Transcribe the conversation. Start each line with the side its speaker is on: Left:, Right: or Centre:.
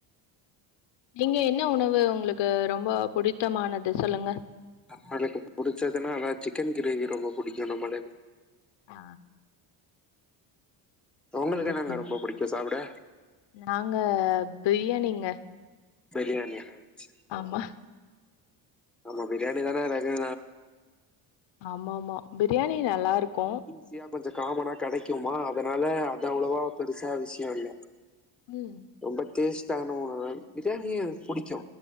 Left: நீங்க என்ன உணவு உங்ளுக்கு ரொம்ப புடித்தமானது சொல்லுங்க
Centre: நம்மளுக்கு புடிச்சதுன்னா அதா சிக்கன் கிரேவி ரொம்ப பிடிக்கு நம்மளுக்கு
Left: ஆ
Centre: உங்களுக்கு
Left: ஓகேங்க.
Centre: என்னங்க ரொம்ப புடிக்கு சாப்ட
Left: நாங்க பிரியாணிங்க
Centre: பிரியாணியா ச்
Left: ஆமா
Centre: ஆமா பிரியாணி தான <unintelligible> இருக்கு
Left: ஆமா ஆமா பிரியாணி நல்லாருக்கு
Centre: சியா கொஞ்சோ காமனா கடைக்குமா அதனால அது அவ்ளோவா பெருசா விஷியோ இல்ல
Left: ம்
Centre: ரொம்ப டேஸ்ட் ஆன உணவு பிரியாணி எனக்கு புடிக்கு